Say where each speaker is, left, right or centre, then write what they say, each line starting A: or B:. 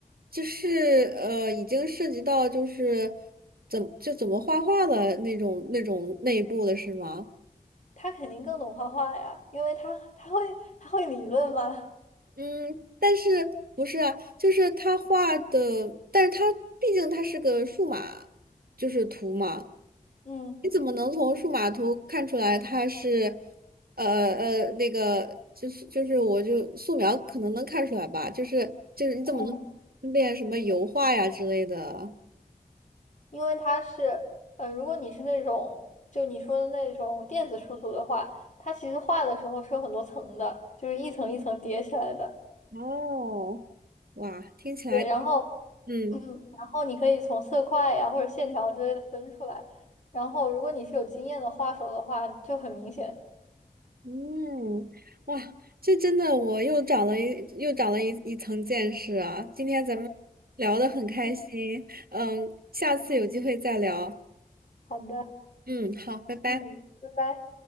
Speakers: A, on the right (about 75°); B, on the left (about 50°).
A: 就是呃，已经涉及到就是怎么就怎么画画的那种那种内部的是吗？
B: 它肯定更懂画画呀，因为它它会它会理论吗？
A: 嗯，但是不是啊？就是他画的，但是他毕竟他是个数码，就是图嘛。
B: 嗯
A: 你怎么能从数码图看出来它是，呃呃，那个就是就是，我就素描可能能看出来吧，就是就是你怎么能练什么油画呀之类的？
B: 嗯。因为它是，呃，如果你是那种就你说的那种电子出图的话，它其实画的时候是有很多层的，就是一层一层叠起来的。
A: 哦，哇，听起来，
B: 对，然后，
A: 嗯
B: 嗯，然后你可以从色块呀或者线条之类的分出来。然后，如果你是有经验的画手的话，就很明显。
A: 嗯，哇，这真的我又长了一又长了一一层见识啊！今天咱们聊得很开心，
B: 嗯，
A: 嗯，下次有机会再聊，
B: 好的，
A: 嗯，好，拜拜。
B: 嗯，拜拜。